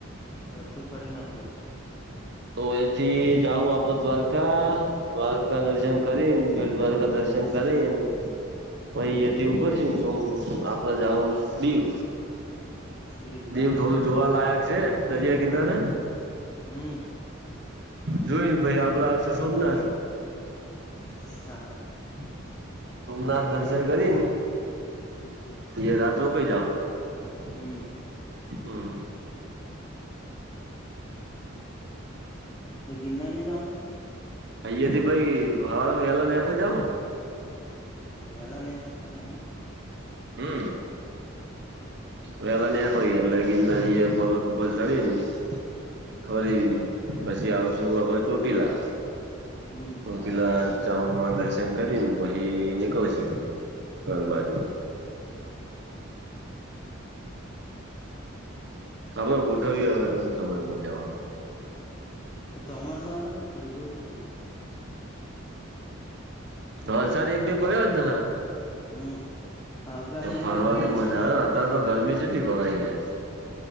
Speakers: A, on the left; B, on the right.
A: બધું ફરીન આવું.
B: તો એથી જાઉ આપડ દ્વારકા દ્વારકા દર્શન કરી દ્વારકા દર્શ શન કરીન
A: હમ
B: પાઈ અથી ઉપર છે તો આપડા જઉ ડીવ.
A: દીવ ચાલે
B: દેવ થોડું જોવાલાયક છે દરિયા કિનારે.
A: હમ્મ.
B: જોઈ ભાઈ આપડા આવશે સોમનાથ
A: <unintelligible>
B: સોમનાથ દર્શન કરીન એ રાત રોકીઈ જાઓ
A: હમ.
B: હમ.
A: તો ગીરનારની જાવાનું
B: અહીયાથી ભાઈ હવારેમાં વેલા નેકળી જાહુ
A: વેલા <unintelligible> અને
B: હમ વેલા ની હોયે એટલે ગિરનારી એ પર્વત ઉપર ચડીને ફરીન પછી આવશે આપડે ચોટીલા
A: હમ
B: ચોટીલા
A: ચાલે
B: ચામુંડમાને દર્શન કરીને પહી નીકળી છુ. ઘર બાજુ
A: હવ
B: હા ગોઠવીએ હવે ટુંક સમયમાં જવાનું
A: ચોમાસું આ બાજો પહી ગોઠવીએ
B: વરસાદ એક બે પડ્યો જ ને હા
A: હમ આગાહી
B: તો ફરવાની
A: હ પણ હવે
B: મજા
A: ચાન
B: આવે
A: પડે
B: અત્યારે તો ગરમી કેટલી ભરાઈ જાય